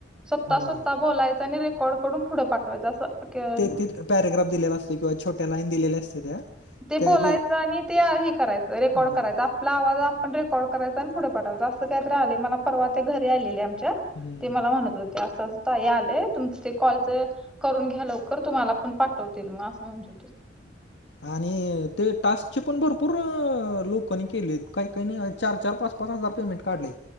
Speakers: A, in the centre; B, on the left.
A: स्वत
B: हम्म
A: स्वतः बोलायच आणि रे <unintelligible> पुढं पाठवायचं असं के
B: तिथं पॅराग्राफ दिलेला असतोय किंवा छोट्या लाईन दिलेल्या असते त्या
A: ते बोलायचं
B: त्या रे
A: आणि ते हे करायच रेकॉर्ड
B: हम्म
A: करायचं आपला आवाज आपण रेकॉर्ड करायचा आणि पुढे पाठायचं असं काहीतरी आलेय. मला परवा ते घरी आलेले आमच्या.
B: हम्म
A: ते मला म्हणत होत्या असं असं ताई आलंय. तुमचं ते कॉल करून घ्या लवकर तुम्हाला पण पाठवतील मग असं म्हणत होते. <inaudible>
B: आणि ते टास्कचे पण भरपूर अं लोकांनी केलेत. काही काहींनी चार चार, पाच पाच हजार पेमेंट काढलंय.